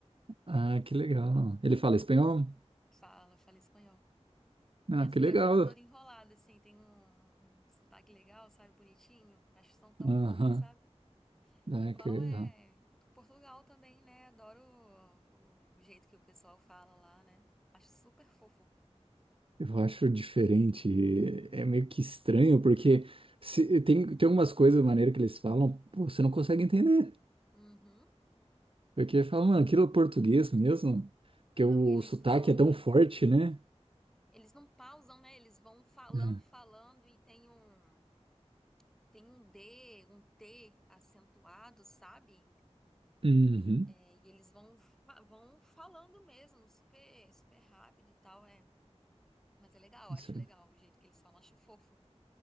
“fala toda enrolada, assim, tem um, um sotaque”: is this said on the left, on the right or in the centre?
Centre